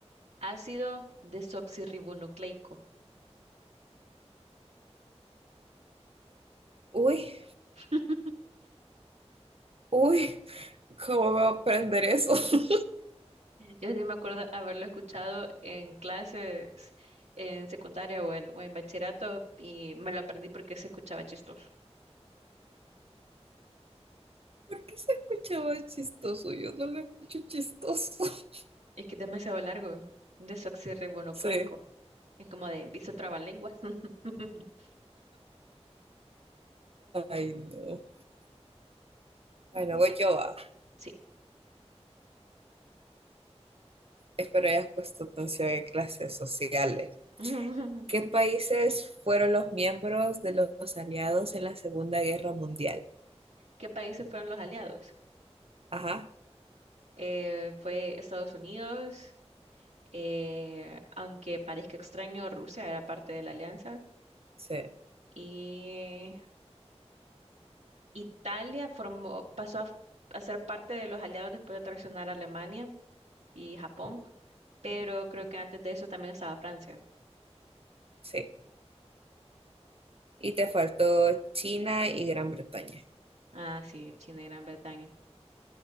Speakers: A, on the right (about 80°); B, on the right (about 60°).
A: Ácido desoxirribonucleico.
B: Uy,
A: <laughs>
B: uy, ¿cómo voy a aprender eso? <laughs>
A: Yo sí me acuerdo haberlo escuchado en clases en secundaria o en, o en bachillerato y me lo aprendí porque se escuchaba chistoso.
B: ¿Por qué se escuchaba chistoso? Yo no lo escucho chistoso. <laughs>
A: Es que es demasiado largo, desoxirribonucleico.
B: Sí.
A: Es como de, hizo trabalenguas. <laughs>
B: Ay, no. Bueno, voy yo a.
A: Sí.
B: Espero hayas puesto atención en clases sociales.
A: <laughs>
B: ¿Qué países fueron los miembros de los aliados en la Segunda Guerra Mundial?
A: ¿Qué países fueron los aliados?
B: Ajá,
A: Eh, fue Estados Unidos, eh, aunque parezca extraño, Rusia era parte de la alianza,
B: sí,
A: y Italia formó, pasó a, f- a ser parte de los aliados después de traicionar a Alemania y Japón, pero creo que antes de eso también estaba Francia.
B: sí. Y te faltó China y Gran Bretaña.
A: Ah, sí, China y Gran Bretaña.